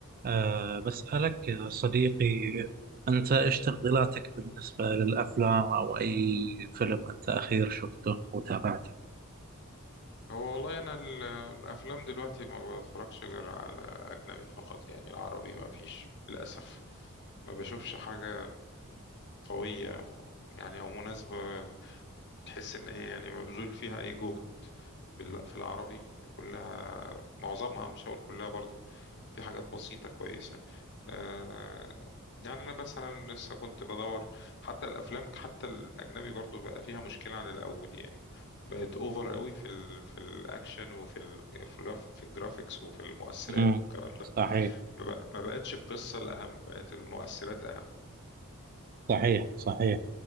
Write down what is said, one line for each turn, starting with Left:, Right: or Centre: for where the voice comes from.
Right: أه بسألك يا صديقي أنت إيش تفضيلاتك بالنسبة للأفلام أو أي فيلم أنت أخير شفته وتابعته؟
Left: هو والله انا ال- الافلام دلوقتي ما بتفرجش غير على اجنبي فقط يعني العربي ما فيش للاسف ما بشوفش حاجة قوية يعني او مناسبة تحس إن هي يعني مبذول فيها أي جهد بال- في العربي كلها معظمها مش هقول كلها برضو في حاجات بسيطة كويسة آه يعني أنا مثلا لسه كنت بدور حتى الأفلام حتى الأجنبي برضو بقى فيها مشكلة عن الأول يعني بقت أوفر قوي في ال في الأكشن وفي ال في, الجراف في الجرافيكس وفي المؤثرات
Right: امم
Left: والكلام ده
Right: صحيح
Left: ما, بق ما بقتش القصة الأهم بقت المؤثرات أهم
Right: صحيح صحيح